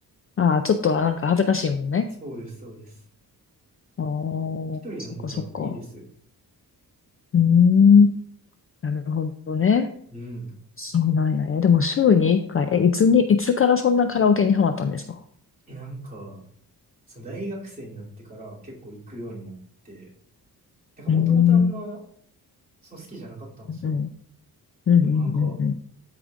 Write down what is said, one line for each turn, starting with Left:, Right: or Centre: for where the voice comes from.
Left: ああ、ちょっとなんか恥ずかしいもんね。
Right: そうです、そうです。
Left: ああ、
Right: 一人の方がいいです。
Left: そっかそっか。うーん、なるほどね。
Right: うん。
Left: そうなんや。え、でも週に1回、え、いつに、いつからそんなカラオケにハマったんですか
Right: え、なんか、その大学生になってから結構行くようになって、なんかもともとあんま、
Left: うーん、
Right: その好きじゃなかったんですよ。
Left: うん、うん、
Right: でもなんか、
Left: うん、うん、うん、